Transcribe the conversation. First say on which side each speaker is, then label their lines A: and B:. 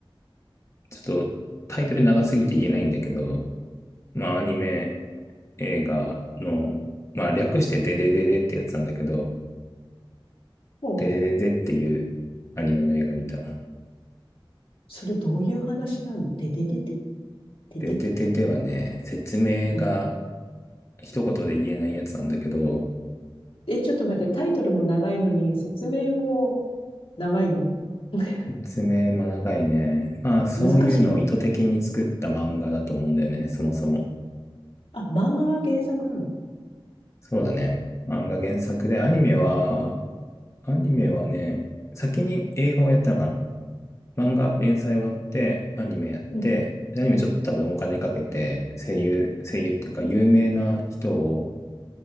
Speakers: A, on the left (about 30°); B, on the left (about 80°).
A: ちょっとタイトル長すぎて言えないんだけど、まあ、アニメ映画の、まあ、略してデデデデってやつなんだけど、
B: もう
A: デデデデっていうアニメの映画見た。
B: それどういう話なのてててててててて
A: デデデデはね、説明が
B: うん。
A: 一言で言えないやつなんだけど、
B: えちょっと待って、タイトルも長いのに、説明も長いの <laughs>
A: 説明も長いね。まあ、そういうのを意図的に作った漫画だと思うんだよね、
B: 難しいの
A: そもそも。
B: あ、漫画が原作なの
A: そうだね。漫画原作で、アニメは、アニメはね、先に映画をやったのかな。漫画連載終わって、アニメやって、
B: うん。
A: でアニメちょっと多分お金かけて、声優、声優っていうか有名な人を